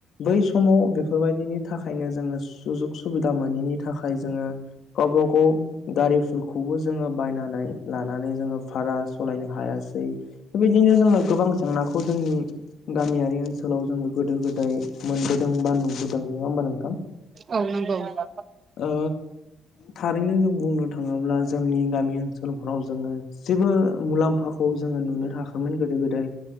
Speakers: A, on the left (about 70°); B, on the right (about 45°).
A: बै समाव बेफोरबायदिनि थाखायनो जोङो सुजुग सुबिदा मोनैनि थाखाय जोङो गावबा गाव <unintelligible> बायनानै लानानै जोङो भारास हायासै बेबायदिनो जोङो गोबां जेंनाखौ जोंनि गामियारि ओनसोलाव जोङो गोदो गोदाय मोनबोदों बा नुबोदों नङा होमबा नोंथां
B: औ नंगौ। औ
A: ओ थारैनो जों बुंनो थाङोब्ला जोंनि गामि सोलफोराव जोङो जेबो मुलाम्फाखौ जोङो नुनो थाङाखैमोन। गोदो गोदाय